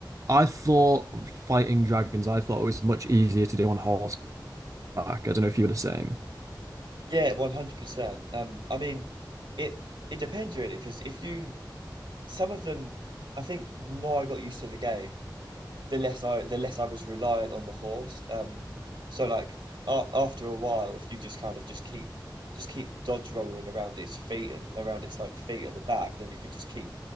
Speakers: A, on the right; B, on the right.
A: I thought fighting dragons, I thought it was much easier to do on horseback. I don't know if you were the same.
B: Yeah, 100%. Um, I mean, it it depends really because if you some of them, I think the more I got used to the game. the less I the less I was reliant on the horse. Um, so like a after a while, if you just kind of just keep just keep dodge rolling around its feet and around its like feet and the back, then you can just keep